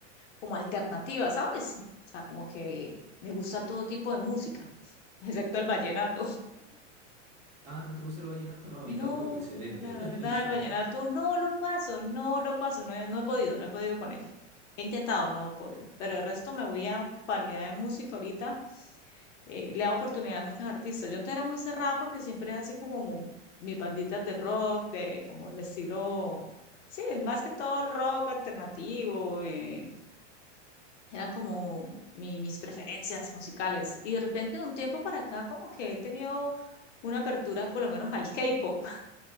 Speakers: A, on the left; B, on the right.
A: como alternativa, ¿sabes? O sea, como que me gusta todo tipo de música, <laughs> excepto el vallenato.
B: Ah, ¿no te gusta el vallenato? No, a
A: No,
B: mí tampoco, excelente.
A: la
B: <laughs>
A: verdad,
B: Ahí está.
A: el vallenato no lo paso, no lo paso, no he, no he podido, no he podido con ello. He intentado, no he podido, pero el resto me voy a variedad de música ahorita. eh, le da oportunidad a muchos artistas. Yo antes era muy cerrada porque siempre era así como mu- mis banditas de rock, de como el estilo, sí, más que todo el rock alternativo, eh, eran como mi- mis preferencias musicales. Y de repente de un tiempo para acá como que he tenido una apertura por lo menos al K-pop.